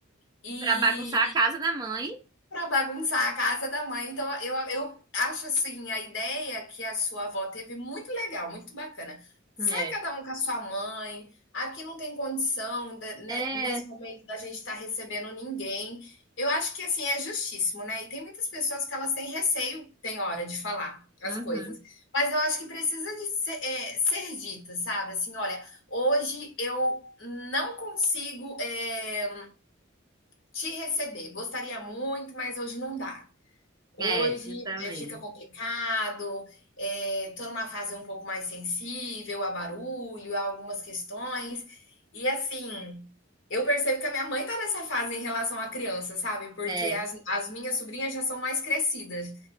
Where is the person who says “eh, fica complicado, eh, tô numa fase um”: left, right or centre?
Left